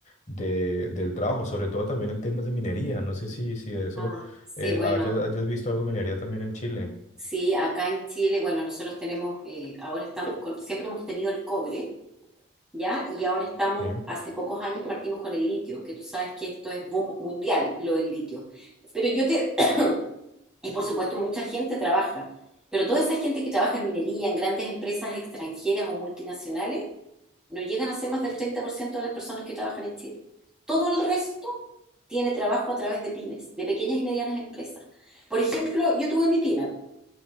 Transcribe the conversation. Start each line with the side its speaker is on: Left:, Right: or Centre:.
Left: de, del trabajo, sobre todo también en temas de minería. No sé si, si de eso
Centre: Ah, sí,
Left: eh,
Centre: bueno,
Left: hayas, hayas visto algo de minería también en Chile.
Centre: sí, acá en Chile, bueno, nosotros tenemos, eh, ahora estamos con, siempre hemos tenido el cobre ¿ya? Y ahora estamos,
Left: Sí,
Centre: hace pocos años partimos con el litio, que tú sabes que esto es boom mundial, lo del litio. Pero yo te, <coughs> <clears throat> y por supuesto mucha gente trabaja, pero toda esa gente que trabaja en minería, en grandes empresas extranjeras o multinacionales, no llegan a ser más del 30% de las personas que trabajan en Chile. Todo el resto tiene trabajo a través de pymes, de pequeñas y medianas empresas. Por ejemplo, yo tuve mi pyme,